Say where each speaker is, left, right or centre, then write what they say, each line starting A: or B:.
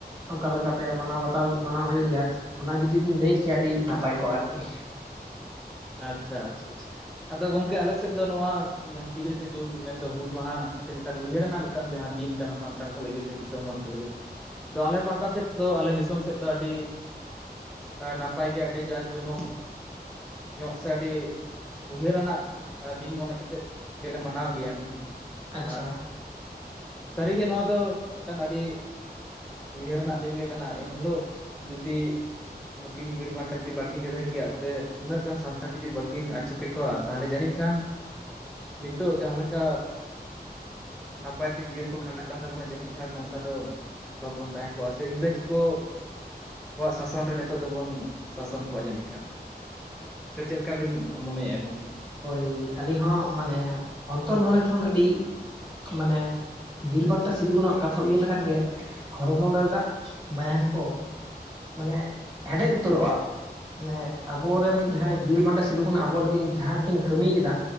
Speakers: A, on the right (about 30°); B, in the centre.
A: ᱚᱱᱠᱟ ᱞᱮᱠᱟ ᱯᱮ ᱢᱟᱱᱟᱣ ᱵᱟᱛᱟᱣ ᱢᱟᱱᱟᱣ ᱦᱩᱭᱩᱜ ᱜᱮᱭᱟ ᱚᱱᱟ ᱡᱩᱫᱤ ᱵᱤᱱ ᱞᱟᱹᱭ ᱠᱮᱭᱟ ᱟᱹᱰᱤ ᱱᱟᱯᱟᱭ ᱠᱚᱜᱼᱟ ᱟᱨ ᱠᱤ?
B: ᱟᱪᱷᱟ ᱟᱪᱷᱟ ᱟᱪᱷᱟ ᱟᱪᱪᱷᱟ᱾ ᱟᱫᱚ ᱜᱚᱢᱠᱮ ᱟᱞᱮ ᱥᱮᱫ ᱫᱚ ᱱᱚᱣᱟ ᱡᱟᱦᱟᱸ ᱛᱤᱨᱤᱥᱟ ᱡᱩᱱ ᱢᱮᱱ ᱫᱚ ᱦᱩᱞ ᱢᱟᱦᱟ ᱥᱮ ᱢᱮᱫᱴᱟᱱ ᱩᱭᱦᱟᱹᱨᱟᱱᱟᱝ ᱛᱟᱱ ᱡᱟᱦᱟᱸ ᱫᱤᱱ ᱠᱟᱱᱟ ᱥᱟᱱᱛᱟᱲ ᱠᱚ ᱞᱟᱹᱜᱤᱫ ᱥᱮ ᱫᱤᱥᱚᱢ ᱦᱚᱲ ᱠᱚ ᱞᱟᱹᱜᱤᱫ᱾ ᱟᱫᱚ ᱟᱞᱮ ᱯᱟᱦᱴᱟ ᱥᱮᱫ ᱫᱚ ᱟᱞᱮ ᱫᱤᱥᱚᱢ ᱥᱮᱫ ᱫᱚ ᱟᱹᱰᱤ ᱟ ᱱᱟᱯᱟᱭ ᱜᱮ ᱟᱹᱰᱤ ᱡᱟᱠ ᱡᱚᱢᱚᱠ᱾ ᱧᱚᱜ ᱥᱮ ᱟᱹᱰᱤ ᱩᱭᱦᱟᱹᱨᱟᱱᱟᱜ ᱫᱤᱱ ᱢᱚᱱᱮ ᱠᱟᱛᱮᱫ ᱜᱮᱞᱮ ᱢᱟᱱᱟᱣ ᱜᱮᱭᱟ᱾
A: ᱟᱪᱪᱷᱟ
B: ᱟᱨ ᱥᱟᱹᱨᱤ ᱜᱮ ᱱᱚᱣᱟ ᱫᱚ ᱢᱤᱫᱴᱟᱱ ᱟᱹᱰᱤ ᱩᱭᱦᱟᱹᱨ ᱟᱱᱟᱜ ᱫᱤᱱ ᱜᱮ ᱠᱟᱱᱟ ᱮᱱᱦᱤᱞᱳᱜ ᱡᱩᱫᱤ ᱱᱩᱠᱤᱱ ᱵᱤᱨ ᱵᱟᱱᱴᱟ ᱡᱩᱫᱤ ᱵᱟᱠᱤᱱ ᱞᱟᱹᱲ ᱦᱟᱹᱭ ᱠᱮᱭᱟ ᱥᱮ ᱩᱱᱟᱹᱜ ᱜᱟᱱ ᱥᱟᱱᱛᱟᱲ ᱡᱩᱫᱤ ᱵᱟᱹᱠᱤᱱ ᱟᱹᱪᱩ ᱠᱮᱠᱚᱣᱟ ᱛᱟᱦᱚᱞᱮ ᱡᱟᱹᱱᱤᱡ ᱠᱷᱟᱱ ᱱᱤᱛᱚᱜ ᱡᱟᱦᱟᱸ ᱞᱮᱠᱟ ᱱᱟᱯᱟᱭ ᱛᱮ ᱡᱤᱭᱚᱱ ᱠᱚ ᱠᱷᱟᱸᱰᱟᱜ ᱠᱟᱱ ᱛᱟᱵᱚᱱᱟ ᱡᱟᱹᱱᱤᱡ ᱠᱷᱟᱱ ᱱᱚᱝᱠᱟ ᱫᱚ ᱵᱟᱵᱚᱱ ᱛᱟᱦᱮᱸ ᱠᱚᱜᱼᱟ ᱥᱮ ᱤᱝᱨᱮᱡᱽ ᱠᱚ ᱟᱠᱚᱣᱟᱜ ᱥᱟᱥᱚᱱ ᱨᱮ ᱱᱤᱛᱚᱜ ᱫᱚᱵᱚᱱ ᱥᱟᱥᱚᱱ ᱠᱚᱜᱼᱟ ᱡᱟᱹᱱᱤᱡ ᱠᱷᱟᱱ᱾ ᱥᱮ ᱪᱮᱫ ᱞᱮᱠᱟ ᱵᱤᱱ ᱢᱚᱱᱮᱭᱮᱫᱼᱟ ᱜᱚᱝᱠᱮ?
A: ᱦᱳᱭ ᱟᱹᱞᱤᱧ ᱦᱚᱸ ᱢᱟᱱᱮ ᱚᱱᱛᱚᱨ ᱢᱚᱱᱮ ᱠᱷᱚᱱ ᱟᱹᱰᱤ ᱢᱟᱱᱮ ᱵᱤᱨ ᱵᱟᱱᱴᱟ ᱥᱤᱫᱩᱠᱱᱩᱣᱟᱜ ᱠᱟᱛᱷᱟ ᱩᱭᱟᱹᱨ ᱞᱮᱠᱷᱟᱱ ᱜᱮ ᱦᱚᱲᱢᱚ ᱨᱮᱱᱟᱜ ᱢᱟᱭᱟᱝ ᱠᱚ ᱢᱟᱱᱮ ᱦᱮᱰᱮᱡ ᱩᱛᱟᱹᱨᱚᱜᱼᱟ ᱢᱟᱱᱮ ᱟᱵᱚᱨᱮᱱ ᱡᱟᱦᱟᱸᱭ ᱵᱤᱨ ᱢᱟᱱᱴᱟ ᱥᱤᱫᱩ ᱠᱟᱱᱩ ᱟᱵᱚ ᱞᱟᱹᱜᱤᱱ ᱡᱟᱦᱟᱸ ᱠᱤᱱ ᱠᱟᱹᱢᱤᱭ ᱠᱮᱫᱟ